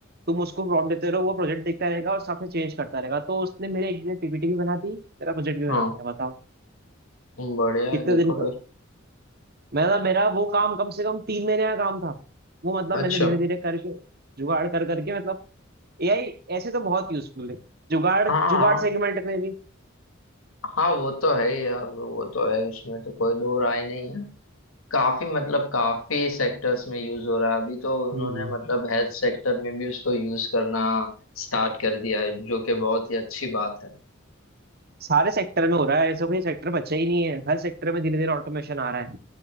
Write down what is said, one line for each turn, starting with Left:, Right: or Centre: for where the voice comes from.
Right: तुम उसको प्रॉम्प्ट देते रहो वो प्रोजेक्ट देखता रहेगा और साथ में चेंज करता रहेगा तो उसने मेरे एक दिन पीपीटी भी बना दी तेरा प्रोजेक्ट भी
Left: हाँ
Right: बना दिया बताओ
Left: बढ़िया
Right: कितने
Left: है देखो
Right: दिन का
Left: फिर
Right: मेरा मेरा वो काम कम से कम तीन महीने का काम था वो मतलब
Left: अच्छा
Right: मैंने धीरे धीरे करके जुगाड़ कर करके मतलब एआई ऐसे तो बहुत यूजफुल है जुगाड़
Left: हाँ हाँ।
Right: जुगाड़ सेगमेंट में भी
Left: हाँ वो तो है ही यार वो तो है उसमें तो कोई दो राय नहीं है काफी मतलब काफी सेक्टर्स में यूज हो रहा है अभी तो उन्होंने
Right: पर
Left: मतलब हेल्थ सेक्टर में भी उसको यूज करना स्टार्ट कर दिया है जो कि बहुत ही अच्छी बात है
Right: सारे सेक्टर में हो रहा है ऐसा कोई सेक्टर बचा ही नहीं है हर सेक्टर में धीरे धीरे ऑटोमेशन आ रहा है